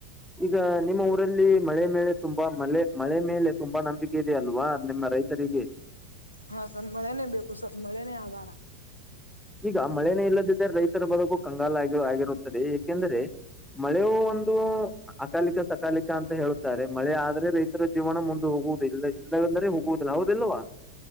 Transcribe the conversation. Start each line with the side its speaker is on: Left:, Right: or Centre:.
Centre: ಈಗ ನಿಮ್ಮ ಊರಲ್ಲಿ ಮಳೆ ಮೇಲೆ ತುಂಬಾ ಮಳೆ ಮಳೆ ಮೇಲೆ ತುಂಬಾ ನಂಬಿಕೆ ಇೆಯ ಅಲ್ವಾ ನಿಮ್ಮ ರೈತರಿಗೆ
Left: ಹಾ ಸ್ವ ಮಳೆನೇ ಬೇಕು ಸ್ವಲ್ಪ ಮಳೆನೇ ಆಾರ
Centre: ಈಗ ಮಳೆನೇ ಇಲ್ಲದಿದ್ದ್ರ ರೈತರ ಬಳಗೂ ಕಂಗಾಲ ಆಗಿ ಆಗಿರುತ್ತದೆ ಏಕೆಂದ್ರೆ ಮಳೆಯ ಒಂದು ಅಕಾಲಿಕ ಸಕಾಲಿಕ ಅಂತ ಹೇಳ್ತಾರೆ ಮಳೆ ಆದ ರೆ ರೈತರ ಜೀವನ ಮುಂದ ಹೋಗುವುದಿಲ್ಲ ಇಲ್ಲಂದರೆ ಹೋಗುವುದಿಲ್ಲ ಹೌದಲ್ವಾ <inaudible>